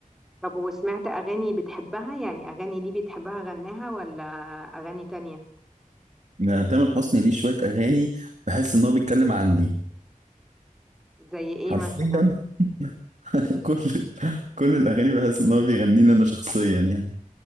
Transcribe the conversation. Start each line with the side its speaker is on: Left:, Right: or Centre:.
Centre: طب وسمعت اغاني بتحبها يعني اغاني ليه بتحبها غناها ولا اغاني تانية
Right: يعني تامر حسني ليه شوية اغاني بحس ان هو بيتكلم عني
Centre: زي ايه
Right: حرفيا
Centre: مثلا
Right: <laughs> كل كل الاغاني بحس ان هو بيغني لي انا شخصيا يعني